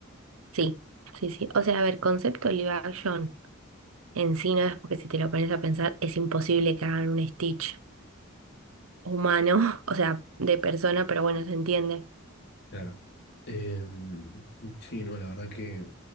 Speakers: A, on the right; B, on the left.
A: Sí, sí, sí. O sea, a ver, concepto live action en sí no es porque si te lo pones a pensar es imposible que hagan un Stitch humano, <laughs> o sea, de persona, pero bueno, se entiende.
B: Claro. Em, sí, no, la verdad que